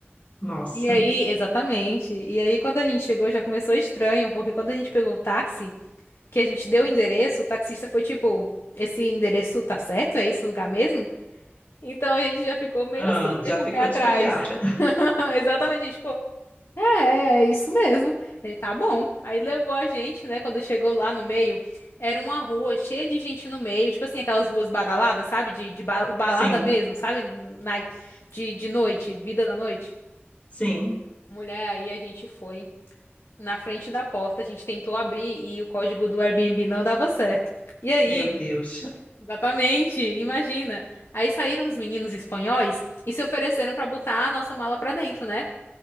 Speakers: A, on the left; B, on the left.
A: nossa.
B: E aí, exatamente. E aí, quando a gente chegou, já começou estranho, porque quando a gente pegou o táxi, que a gente deu o endereço, o taxista foi tipo: Esse endereço tá certo? É esse lugar mesmo? Então a gente já ficou meio
A: Ah,
B: assim,
A: já
B: né? Com
A: ficou
B: o pé atrás.
A: desconfiada.
B: <laughs> Exatamente, a gente ficou. É, é isso mesmo. Ele tá bom. Aí levou a gente, né? Quando chegou lá no meio, era uma rua cheia de gente no meio, tipo assim, aquelas ruas badaladas, sabe? De, de ba- balada
A: Sim,
B: mesmo, sabe? Na, de, de noite, vida da noite.
A: sim.
B: Mulher, aí a gente foi na frente da porta, a gente tentou abrir e o código do Airbnb não dava certo. E aí,
A: Meu Deus.
B: exatamente, imagina. Aí saíram uns meninos espanhóis e se ofereceram pra botar a nossa mala pra dentro, né?